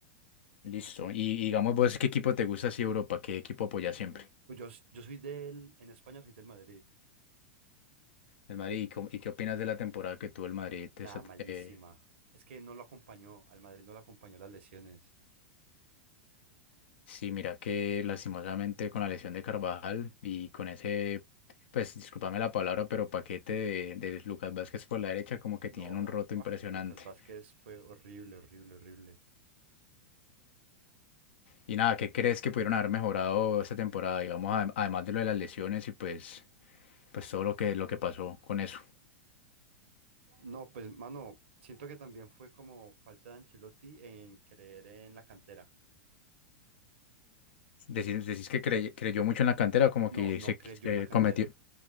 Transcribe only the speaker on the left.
Listo. Y y digamos vos, ¿qué equipo te gusta así de Europa? ¿Qué equipo apoyas siempre?
El Madrid. ¿Y, cómo- y qué opinas de la temporada que tuvo el Madrid?
Esa-
eh,
sí, mira que lastimosamente con la lesión de Carvajal y con ese, pues discúlpame la palabra, pero paquete de, de Lucas Vázquez por la derecha como que
tenían un roto impresionante.
Y nada, ¿qué crees que pudieron haber mejorado esta temporada? Digamos, adem- además de lo de las lesiones y pues, pues todo lo que, lo que pasó con eso.
Decís, decís que crey- creyó mucho en la cantera, como
que
se,
se
cometió